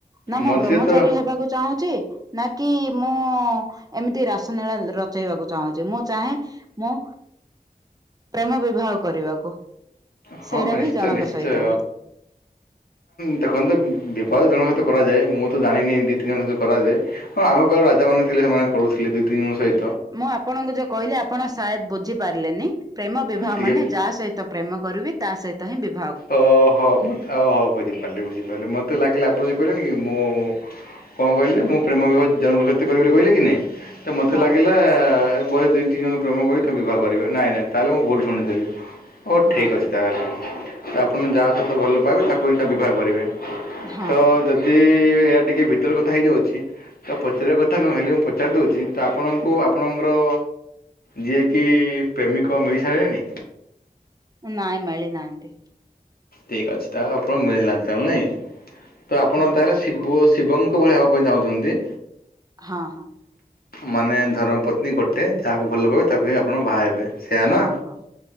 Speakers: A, on the right; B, on the left.
A: ନା ମୁଁ
B: ମଝିରେ
A: ବ୍ରହ୍ମଚାରୀ
B: ତ
A: ହେବାକୁ ଚାହୁଁଛି ନା କିି ମୁଁ ଏମିତି ରାସନୀଳା ରଚେଇବାକୁ ଚାହୁଁଛି। ମୁଁ ଚାହେଁ ମୁଁ ପ୍ରେମ ବିବାହ କରିବାକୁ।
B: ହଁ
A: ସେଇଟା
B: ନିଶ୍ଚୟ
A: ବି ଜଣଙ୍କ
B: ନିଶ୍ଚୟ।
A: ସହିତ ହିଁ।
B: ଦେଖନ୍ତୁ ବିବାହ ଜଣଙ୍କ ସହିତ କରାଯାଏ ମୁଁ ତ ଜାଣିନି ଦୁଇ ତିନି ଜଣଙ୍କ ସହିତ କରାଯାଏ। ହଁ ଆଗ କାଳ ରାଜା ମାନେ ଥିଲେ ସେମାନେ କରୁଥିଲେ ଦୁଇ ତିନି ହେଇ
A: ମୁଁ ଆପଣଙ୍କୁ ଯୋଉ କହିଲି ଆପଣ ସାୟଦ ବୁଝି ପାରିଲେନି ପ୍ରେମ ବିବାହ
B: ଟିକେ
A: ମାନେ ଯାହା ସହିତ ପ୍ରେମ କରିବି। ତା ସହିତ ହିଁ ବିଭା
B: ଓହୋ ଓହୋ ବୁଝିପାରିଲି ବୁଝିପାରିଲି ମତେ ଲାଗିଲା ଆପଣ ଯ କହିଲେନି କି ମୁଁ କଣ କହିଲେ ମୁଁ ପ୍ରେମ ବିିବାହ ଜଣଙ୍କ ସହିତ କରିବି ବୋଲି କହିଲେ କି ନାହିଁ। ତ ମୋତେ
A: ହଁ
B: ଲାଗିଲା
A: ହଁ
B: ବେ ଦୁଇ ଦୁଇ ଜଣଙ୍କ ପ୍ରେମ କରି ବିବାହ କରିବେ ନାଇଁ ନାଇଁ ତାହେଲେ ମୁଁ ଭୁଲ ଶୁଣିଥିଲି। ହୋଉ
A: ହଁ
B: ଠିକ୍ ଅଛି ତାହେଲେ। ଆପଣ ଯାହା ସହିତ ଭଲ ପାଇବେ ତାକୁ ହିଁ ତା ବିବାହ କରିବେ।
A: ହଁ
B: ତ ଯଦି କି ଇଆଡ଼େ ଟିକେ ଭିତର କଥା ହେଇଯାଉଛି। ତ ପଚାରିବା କଥା ନୁହେଁ ହେଲେ ମୁଁ ପଚାରି ଦେଉଛି ତ ଆପଣଙ୍କୁ ଆପଣଙ୍କର ଯିଏକି ପ୍ରେମିକ ମିଳିସାରିଲେଣି?
A: ନାଇଁ ମଳିିନାହାନ୍ତି।
B: ଠିକ୍ ଅଛି ତ ଆପଣ ମିଳିନାହାନ୍ତି ତାହେଲେ ନାଇଁ ତ ଆପଣ
A: ହଁ
B: ତାହଲେ ଶିବୁ ଶିବଙ୍କ ଭଳିଆ ହେବା ପାଇଁ ଚାହୁଁଛନ୍ତି?
A: ହଁ ହଁ।
B: ମାନେ ଧର୍ମ ପତ୍ନୀ ଗୋଟେ ଯାହାକୁ ଭଲ ପାଇବ ତାକୁ ହିଁ ଆପଣ ବାହା ହେବେ। ସେୟା
A: ହଁ
B: ନା
A: ହଁ।